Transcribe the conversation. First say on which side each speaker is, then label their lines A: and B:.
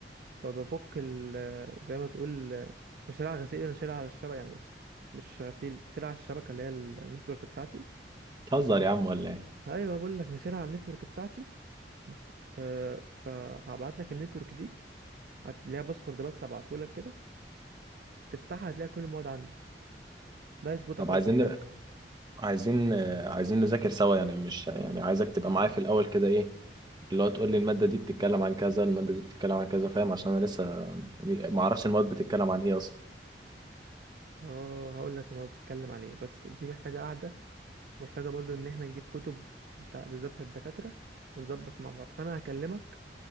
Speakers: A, on the right; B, on the right.
A: فبفك ال زي ما تقول مش على غسيل انا شارع على الشبكه يعني مش غسيل شارع على الشبكه اللي هي ال- النتورك بتاعتي
B: بتهزر يا عم ولا ايه
A: ايوه بقول لك انا شارع على النتورك بتاعتي أه فهبعت لك النتورك دي هت- ليها باسورد بس هبعته لك كده تفتحها هتلاقي كل المواد عندك ده يظبطك
B: طب
A: قوي
B: عايزين
A: خلي بالك
B: عايزين آه، عايزين نذاكر سوا يعني مش يعني عايزك تبقى معايا في الاول كده ايه اللي هو تقول لي الماده دي بتتكلم عن كذا الماده دي بتتكلم عن كذا فاهم عشان انا لسه ما اعرفش المواد بتتكلم عن ايه اصلا
A: اه هقول لك المواد بتتكلم عن ايه بس دي محتاجه قاعده محتاجه برضو ان احنا نجيب كتب بتاع بالظبط الدكاتره ونظبط مع بعض فانا هكلمك